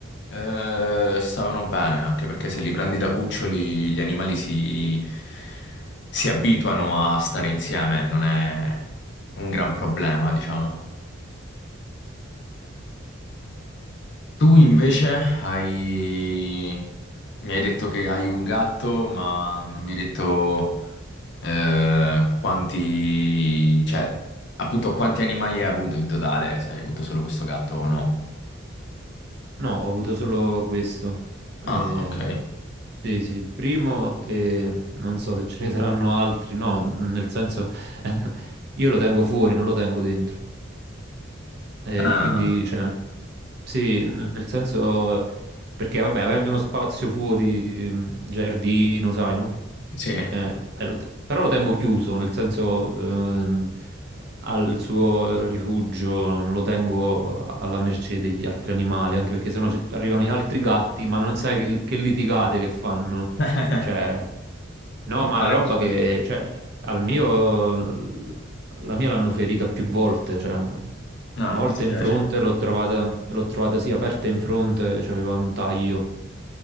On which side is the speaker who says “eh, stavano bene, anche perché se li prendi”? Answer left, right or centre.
Left